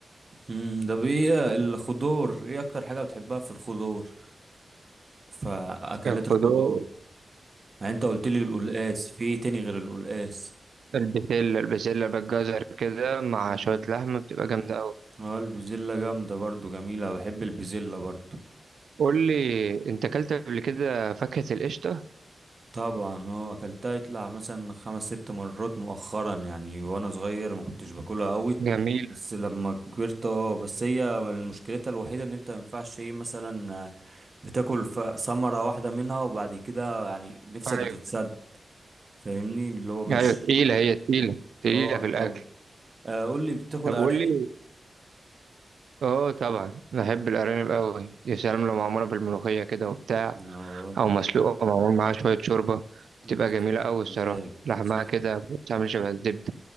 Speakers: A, on the right; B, on the right.
A: امم ده ايه الخضار ايه اكتر حاجه بتحبها في الخضار فاكلات
B: الخضار
A: الخضار يعني انت قلت لي القلقاس في ايه تاني غير القلقاس
B: البسلة البسلة بالجزر كده مع
A: اه
B: شوية لحمة بتبقى جامدة أوي
A: آه، البزلة جامدة برضو جميلة بحب البزلة برضو
B: قول لي أنت أكلت قبل كده فاكهة القشطة؟
A: طبعا اه اكلتها يطلع مثلا خمس ست مرات مؤخرا يعني وانا صغير ما كنتش باكلها قوي
B: جميلة
A: بس لما كبرت اه بس هي مشكلتها الوحيده ان انت ما ينفعش ايه مثلا آه، بتاكل ف- ثمره واحده منها وبعد كده يعني نفسك
B: أيوة
A: بتتسد فاهمني اللي هو مش
B: أيوة تقيلة هي تقيلة تقيلة
A: اه
B: في
A: طبعا
B: الأكل
A: آه، قول لي بتاكل
B: طب
A: ارانب
B: قول لي أه طبعا بحب الأرانب أوي يا سلام لو معمولة بالملوخية كده وبتاع
A: اه
B: أو مسلوقة ومعمول معاها شوية شوربة بتبقى
A: انت
B: جميلة
A: صاحب
B: أوي
A: مزاج
B: الصراحة لحمها
A: صاحب
B: كده بتعمل شبه الزبدة